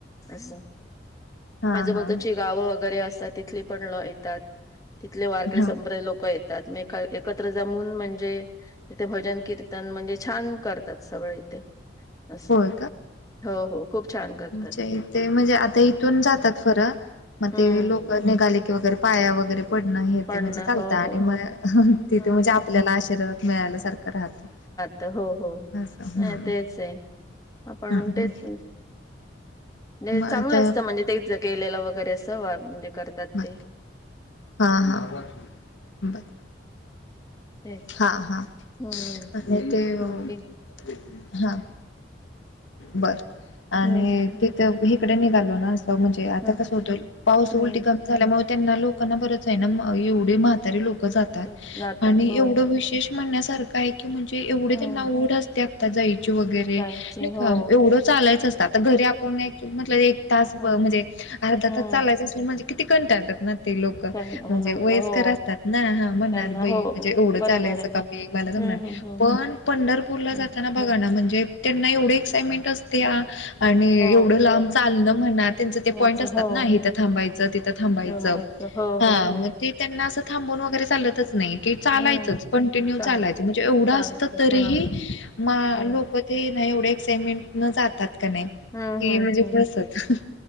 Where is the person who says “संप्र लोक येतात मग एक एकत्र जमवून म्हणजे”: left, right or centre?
Left